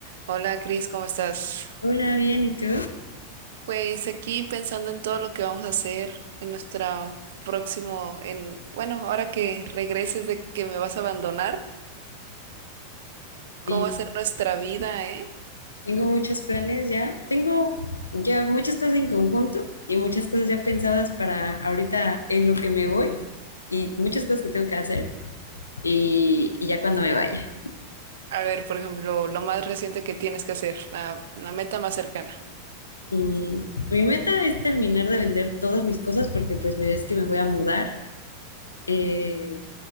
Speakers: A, on the right; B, on the left.
A: Hola Cris, ¿cómo estás?
B: Hola, bien, ¿y tú?
A: Pues aquí pensando en todo lo que vamos a hacer en nuestra próximo, en, bueno, ahora que regreses de que me vas a abandonar,
B: Sí,
A: ¿cómo va a ser nuestra vida, eh?
B: tengo muchos planes ya. Tengo ya muchas cosas en conjunto y muchas cosas ya pensadas para ahorita en lo que me voy y muchas cosas que tengo que hacer y, y ya cuando me vaya.
A: A ver, por ejemplo, lo más reciente que tienes que hacer, la, la meta más cercana.
B: Mm, mi meta es terminar de vender todas mis cosas porque pues me ves que me voy a mudar eh,